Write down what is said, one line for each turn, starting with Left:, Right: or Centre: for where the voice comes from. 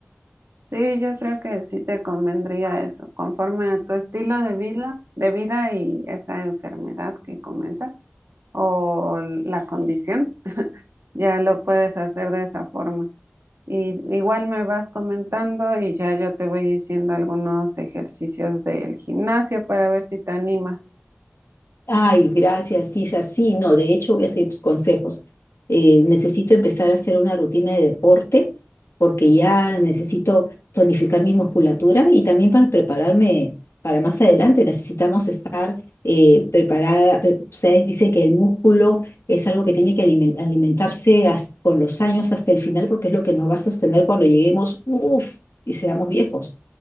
Right: Sí, yo creo que sí te convendría eso, conforme a tu estilo de vida, de vida y esa enfermedad que comentas o la condición, <laughs> ya lo puedes hacer de esa forma. Y igual me vas comentando y ya yo te voy diciendo algunos ejercicios del gimnasio para ver si te animas.
Left: Ay, gracias, Isa. Sí, no, de hecho voy a seguir tus consejos. Eh, necesito empezar a hacer una rutina de deporte porque ya necesito tonificar mi musculatura y también para prepararme para más adelante necesitamos estar eh, preparada. pre- Ustedes dicen que el músculo es algo que tiene que alimen- alimentarse has- con los años hasta el final porque es lo que nos va a sostener cuando lleguemos, uff, y seamos viejos.